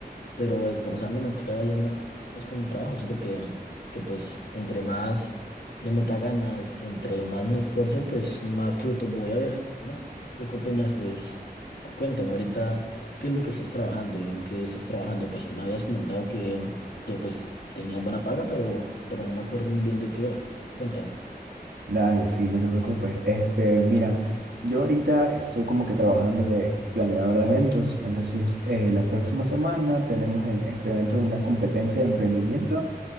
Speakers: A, on the left (about 75°); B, on the right (about 85°).
A: pero esforzándome cada día más, con mi trabajo. Siento que, que pues entre más le meta ganas, entre más me esfuerce, pues más frutos voy a ver, ¿no? ¿Tú qué opinas? Pues cuéntame ahorita, ¿qué es lo que estás trabajando? ¿En qué estás trabajando? Pues me habías comentado que, que pues tenías buena paga, pero, pero no me acuerdo muy bien de qué era. Cuéntame.
B: Dale, sí, no te preocupes. Este, mira, yo ahorita estoy como que trabajando de planeador de eventos. Entonces, eh, la próxima semana tenemos el- este evento de una competencia de emprendimiento.